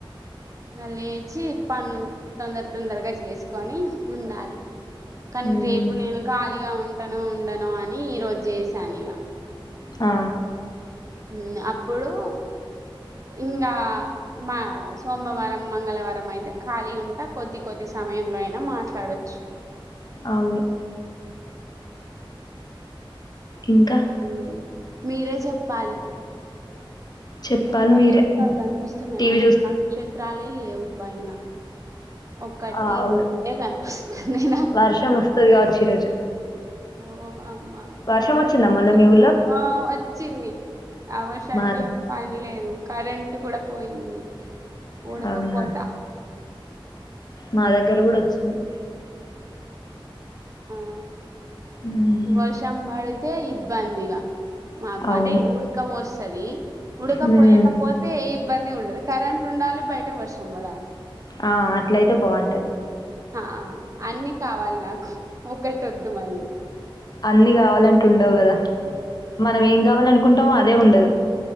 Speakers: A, on the right; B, on the left.
A: లేచీ పనులు తొందర తొందరగా చేసుకొని ఉండాలి కానీ
B: మ్మ్
A: రేపు నేను ఖాళీగా ఉంటాను ఉండను అని ఈరోోజ్ జెసా నిగా
B: ఆ
A: హామ్ అప్పుడు ఇంకా మా సోమవారం మంగళవారం అయితే ఖాళీ ఉంటా కొద్ది కొద్ది సమయంలో అయినా మాట్లాడొచ్చు
B: అవును ఇంకా
A: హ్మ్. మీరే చెప్పాలి
B: చెప్పాలి
A: మీకు నక్ష్త్రాలు
B: మీరే
A: కనిపిస్తున్నాయా
B: టీవీ
A: అసలు
B: చూస్
A: నాక్ష్త్ర త్రాలే లేవు పైన ఒకటి
B: ఆ అవును
A: రెండే కనిపిస్తున్నాయి నాకు
B: వర్షం వస్తది కావచ్చు ఈరోజు
A: ఓ అమ్మా
B: వర్షం
A: మొన్ననే
B: వచ్చిందా
A: వర్ష
B: మొన్న మీ ఊళ్ళో
A: ఆ వచ్చింది ఆ వర్షానికి
B: మాద
A: ఏం పని లేదు కరెంు కూడా పోయింది ఉడకపోతా
B: అవునా మా దగ్గర గుడా వచ్చింది
A: ఆ
B: మ్మ్
A: వర్షం బడి తే ఇబ్బందిగా మాకు
B: అవును
A: అంటే ఉడక వోస్తది ఉడకపోయకపోతే
B: మ్మ్
A: ఈ ఇబ్బంది ఉండదు కరెంట్ ఉండాలి బయట వర్షం బడాలి
B: ఆ అట్లయితే బాగుంటది
A: హ అన్ని కావాలి నాకు ఒకటి ఒద్దు మళ్ళీ
B: అన్ని కావాలంటే ఉండవు కదా మనం
A: ఉమ్
B: ఏం కావాలనుకుంటే అదే ఉండదు